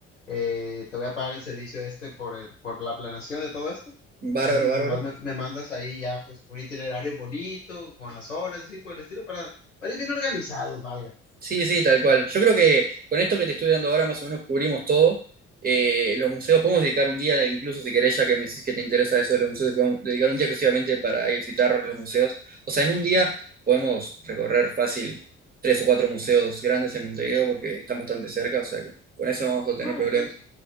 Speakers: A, on the left (about 85°); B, on the right (about 25°).
A: eh, te voy a pagar el servicio este por, el- por la planeación de todo esto.
B: bárbaro,
A: Ya si
B: bárbaro.
A: nomás me, me mandas ahí ya pues un itinerario bonito, con las horas, y así por el estilo, para, para ir bien organizados, valga.
B: Sí, sí, tal cual. Yo creo que con esto que te estoy dando ahora más o menos cubrimos todo. Eh, los museos, podemos dedicar un día, incluso si querés, ya que me decís que te interesa eso de los museos, podemos dedicar un día exclusivamente para ir a visitar los museos. O sea, en un día podemos recorrer fácil tres o cuatro museos grandes en Montevideo porque están bastante cerca, o sea que con eso no vamos a tener
A: Ah,
B: problema.
A: entonces,